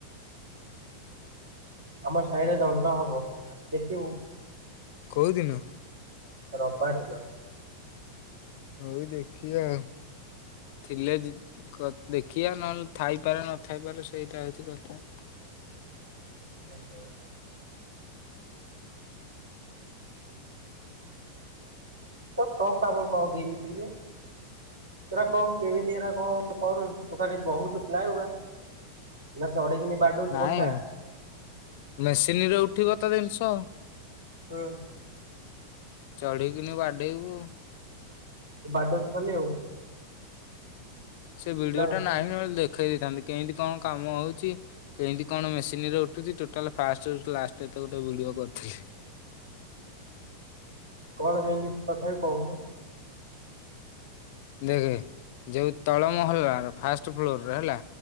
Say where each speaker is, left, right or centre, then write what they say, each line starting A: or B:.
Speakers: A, on the right (about 70°); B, on the left (about 50°).
A: ଆମ ସାହିରେ ଦଣ୍ଟ ହବ ଆ ଦେଖିବୁ।
B: କୋଉଦିନ?
A: ରବିବାର ଦିନ।
B: ହଉ ଦେଖିଆ। ଥିଲେ ଦେଖିବା ନହେଲେ ଥାଇପାରେ ନଥାଇପାରେ ସେଇଟା ହଉଛି କଥା।
A: ଓହୋ। ତ ତ କାମ କଣ ଦେଇନିରେ ଏଟା କଣ କେମିତି ଏଟା କଣ। କର ତୁ ଖାଲି ବହୁଛୁ ପ୍ଲା ନା ଚଢିକିନି ବାଡଉଛିୁ
B: ନାଇଁ
A: କଣ୍ଟା।
B: ମେସିନ ରେ ଉଠିବ ତ ଜିନିଷ।
A: ହଁ।
B: ଚଢିକିନି ବାଡେଇବୁ।
A: ବାଡୋଉଚି ଖାଲି ଆଉ।
B: ସେ ଭିଡିଓ
A: ନା
B: ଟା ନାହିଁ ନେ ଦେଖେଇ ଦେଇଥାନ୍ତି କେମିତି କଣ କାମ ହଉଛି। କେମତି କଣ ମେସିନ ରେ ଉଠୁଛିୋଟାଲ ଫାଷ୍ଟ ଏତ ଗୋଟେ ଭିଡିଓ କରିଥିଲି।
A: କଣ କେହିକି ତଥାପି କହୁନ।
B: ଦେଖେ ଯୋଉ ତଳମହଲ ଫାଷ୍ଟ ଫ୍ଲୋରରେ ହେଲା।